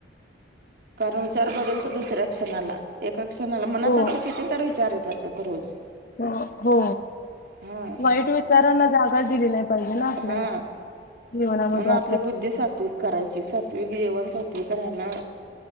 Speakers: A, on the right (about 60°); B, on the left (about 50°).
A: कारण विचार बदलतो, दुसऱ्या क्षणाला. एका क्षणाला मनात
B: हो.
A: असं, किती तर विचार येत असतात रोज.
B: हो हो
A: हा
B: वाईट विचारांना जागा दिले नाही. पाहिजे ना आपल्याला.
A: हा
B: जीवनामध्ये
A: म्हणून आपली
B: आपण
A: बुद्धी सात्विक करायची सात्विक जेवण, सात्विक राणं.